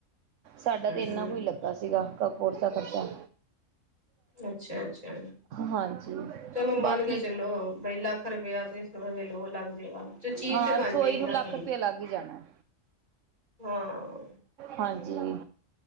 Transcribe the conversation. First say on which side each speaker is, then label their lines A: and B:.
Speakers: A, on the right; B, on the right.
A: ਸਾਡਾ ਤਾਂ ਇੰਨਾ
B: ਹਮ
A: ਕੁ ਈ ਲੱਗਾ ਸੀਗਾ। ਕਪਬੋਰਡਸ ਦਾ ਖਰਚਾ।
B: ਅੱਛਾ ਅੱਛਾ
A: ਹਾਂਜੀ
B: ਚਲੋ
A: ਬਾਕੀ
B: ਮੰਨ ਕੇ ਚਲੋ ਵਈ ਲੱਖ ਲੱਖ ਰੁਪਿਆ ਤੇ ਭਾਵੇਂ ਹੋਰ ਲੱਗ ਜਾਏਗਾ ਚੀਜ਼
A: ਹਾਂ
B: ਤੇ ਬਣ
A: ਰਸੋਈ
B: ਜਾਏਗੀ
A: ਨੂੰ
B: ਨਾ
A: ਲੱਖ
B: ਖਰੀ।
A: ਰੁਪਇਆ ਲੱਗ ਹੀ ਜਾਣਾ
B: ਹਾਂ।
A: ਹਾਂਜੀ